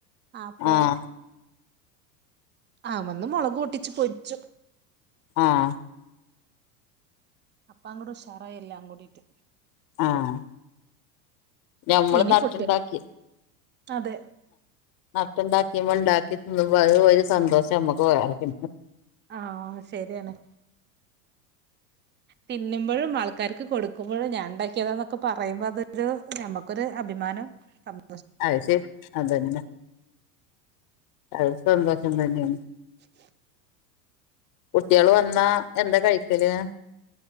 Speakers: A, on the right (about 20°); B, on the left (about 45°).
A: അപ്പോ
B: ആഹ്
A: ആ വന്നു മൊളക് പൊട്ടിച്ച് പൊരിച്ചു
B: ആഹ്
A: അപ്പ അങ്ങ് ഉഷാറായി എല്ലാംകൂടിട്ട്
B: ആഹ് ഞമ്മള്
A: ഇനി
B: നട്ടുണ്ടാക്കി
A: കുട്ട് അതെ
B: നട്ടുണ്ടാക്കിയുമ്പോ ഉണ്ടാക്കി തിന്നുമ്പ അതുവൊരു സന്തോഷം നമ്മുക്ക് വേറയുണ്ട്
A: ആഹ് ശരിയാണ് തിന്നുമ്പോഴും ആൾക്കാർക്ക് കൊടുക്കുമ്പോഴും ഞാൻ ഉണ്ടാക്കിയതാ എന്നൊക്കെ പറയുമ്പോ അതൊരു നമ്മുക്കൊരു അഭിമാനം <unintelligible>
B: അത് ശരി അതെന്നെ അത് സന്തോഷം തന്നാണ്
A: <inaudible>
B: കുട്ടികള് വന്നാ എന്താ കഴിക്കല്